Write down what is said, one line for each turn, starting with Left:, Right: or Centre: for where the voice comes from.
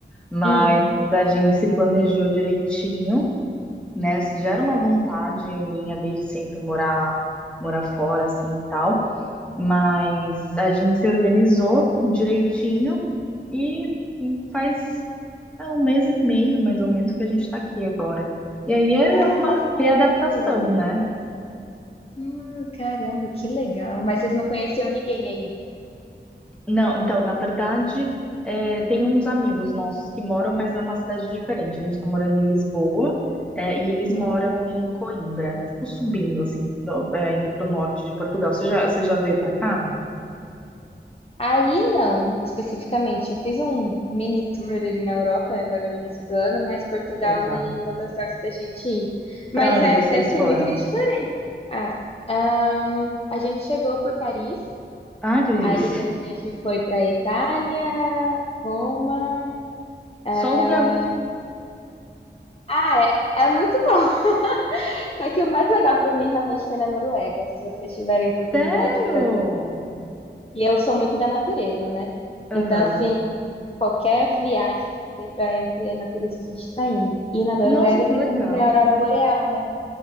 Centre: mas
Left: Uhum.
Centre: a gente se planejou direitinho. né? Gera uma vontade minha desde sempre morar morar fora assim e tal, mas a gente se organizou direitinho e faz é, um mês e meio mais ou menos que a gente está aqui agora. E aí é
Left: Ah,
Centre: uma
Left: recente.
Centre: readaptação, né?
Left: Hum, caramba, que legal. Mas vocês não conheciam ninguém aí?
Centre: Não, então, na verdade, é, tem uns amigos nossos que moram, mas numa cidade diferente. A gente tá morando em Lisboa, é, e eles
Left: Hum.
Centre: moram em Coimbra, tipo subindo, assim, no- é, indo pro norte de Portugal. Você já, você já veio pra cá?
Left: Aí não, especificamente. Eu fiz um mini tour ali na Europa, agora no início do ano, mas Portugal
Centre: Legal.
Left: não, não deu certo da gente ir. Mas
Centre: Pra onde
Left: é,
Centre: vocês
Left: deve ser
Centre: foram?
Left: muito diferente. Ah, ahn, a gente chegou por Paris,
Centre: Ai, que delícia.
Left: aí depois a gente foi para Itália, Roma.
Centre: Só
Left: Ah,
Centre: lugar ruim?
Left: ah, é, é muito bom. <laughs> Só que o mais legal para mim realmente foi na Noruega, se vocês tiverem oportunidade
Centre: Sério?
Left: para. E eu sou muito da natureza, né?
Centre: Aham.
Left: Então, assim, Qualquer viagem que dê para incluir a natureza, a gente tá indo. E na Noruega
Centre: Nossa, que
Left: tem
Centre: legal.
Left: como ver a aurora boreal, né?